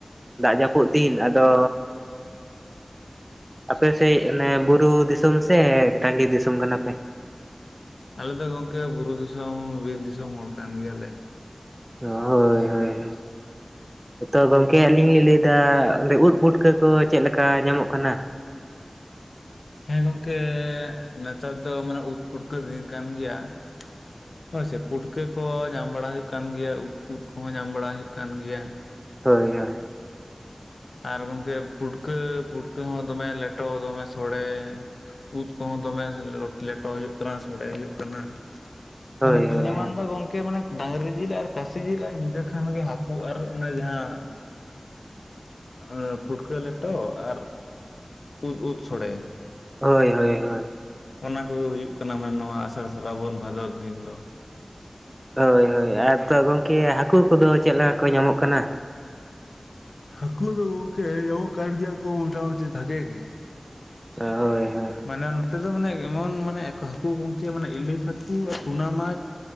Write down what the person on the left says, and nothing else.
<unintelligible>
ᱟᱞᱮ ᱫᱚ ᱜᱚᱝᱠᱮ ᱵᱩᱨᱩ ᱫᱤᱥᱚᱢ ᱵᱤᱨ ᱫᱤᱥᱚᱢ ᱦᱚᱲ ᱠᱟᱱ ᱜᱮᱭᱟᱞᱮ ᱾
ᱦᱮᱸ ᱜᱚᱝᱠᱮ ᱱᱮᱛᱟᱨ ᱫᱚ ᱢᱟᱱᱮ ᱩᱫ ᱯᱩᱴᱠᱟᱹ ᱫᱤᱱ ᱠᱟᱱ ᱜᱮᱭᱟ ᱾ ᱦᱳᱭ ᱥᱮ ᱯᱩᱴᱠᱟᱹ ᱠᱚᱦᱚᱸ ᱧᱟᱢ ᱵᱟᱲᱟ ᱦᱩᱭᱩᱜ ᱠᱟᱱ ᱜᱮᱭᱟ, ᱩᱫ ᱠᱚᱦᱚᱸ ᱧᱟᱢ ᱵᱟᱲᱟ ᱦᱩᱭᱩᱜ ᱠᱟᱱ ᱜᱮᱭᱟ ᱾
ᱟᱨ ᱜᱚᱝᱠᱮ ᱯᱩᱴᱠᱟᱹ ᱯᱩᱴᱠᱟᱹ ᱦᱚᱸ ᱫᱚᱢᱮ ᱞᱮᱴᱚ ᱫᱚᱢᱮ ᱥᱚᱲᱮ ᱾ ᱩᱫ ᱠᱚᱦᱚᱸ ᱫᱚᱢᱮ ᱞᱮᱴᱚ ᱦᱩᱭᱩᱜ ᱠᱟᱱᱟ ᱥᱚᱲᱮ ᱦᱩᱭᱩᱜ ᱠᱟᱱᱟ ᱾
ᱢᱟᱱᱮ
ᱫᱤᱱᱟᱹᱢᱟᱱ ᱫᱚ ᱜᱚᱝᱠᱮ ᱢᱟᱱᱮ ᱰᱟᱹᱝᱨᱤ ᱡᱤᱞ ᱟᱨ ᱠᱟᱹᱥᱤ ᱡᱤᱞ ᱟᱨ ᱧᱤᱫᱟᱹ ᱠᱷᱟᱱᱜᱮ ᱦᱟᱹᱠᱩ ᱟᱨ ᱚᱱᱟ ᱡᱟᱦᱟᱸ ᱟᱨ ᱯᱩᱴᱠᱟᱹ ᱞᱮᱴᱚ ᱟᱨ ᱩᱫ ᱩᱫ ᱥᱚᱲᱮ ᱾
ᱚᱱᱟ ᱠᱚᱜᱮ ᱦᱩᱭᱩᱜ ᱠᱟᱱᱟ ᱢᱟᱱᱮ, ᱱᱚᱣᱟ ᱟᱥᱟᱲ ᱥᱨᱟᱵᱚᱱ ᱵᱷᱟᱫᱚᱨ ᱫᱤᱱ ᱫᱚ ᱾
ᱦᱟᱹᱠᱩ ᱫᱚ ᱜᱚᱢᱠᱮ ᱧᱟᱢᱚᱜ ᱠᱟᱱ ᱜᱮᱭᱟ ᱠᱩ ᱢᱚᱴᱟᱼᱢᱩᱴᱤ ᱵᱷᱟᱜᱮ ᱜᱮ ᱾
ᱢᱟᱱᱮ ᱱᱚᱛᱮ ᱫᱚ ᱢᱟᱱᱮ ᱮᱢᱚᱱ ᱢᱟᱱᱮ ᱦᱟᱹᱠᱩ ᱜᱚᱝᱠᱮ ᱢᱟᱱᱮ ᱤᱞᱤᱥ ᱦᱟᱹᱠᱩ ᱴᱩᱱᱟ ᱢᱟᱪᱷ